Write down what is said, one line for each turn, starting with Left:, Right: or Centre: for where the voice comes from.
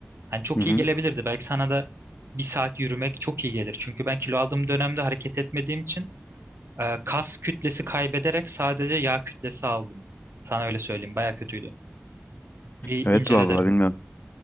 Right: Hani çok
Left: Hı hı.
Right: iyi gelebilirdi. Belki sana da bir saat yürümek çok iyi gelir. Çünkü ben kilo aldığım dönemde hareket etmediğim için e, kas kütlesi kaybederek sadece yağ kütlesi aldım. Sana öyle söyleyeyim. Baya kötüydü. Bir
Left: Evet
Right: incele
Left: vallahi
Right: derim.
Left: bilmiyorum.